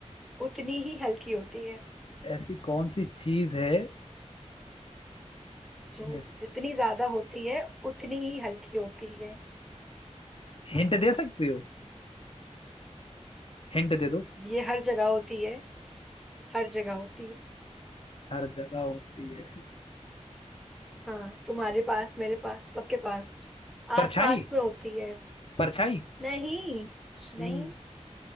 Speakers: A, in the centre; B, on the left (about 50°).
A: उतनी ही हल्की होती है
B: ऐसी कौन सी चीज है
A: जो
B: जिस
A: जितनी ज्यादा होती है उतनी ही हल्की होती है
B: हिंट दे सकते हो हिंट दे दो
A: ये हर जगह होती है हर जगह होती है
B: हर जगह होती है
A: हाँ तुम्हारे पास मेरे पास सबके पास
B: परछाई
A: आस पास में होती है
B: परछाई
A: नहीं
B: हम्म
A: नहीं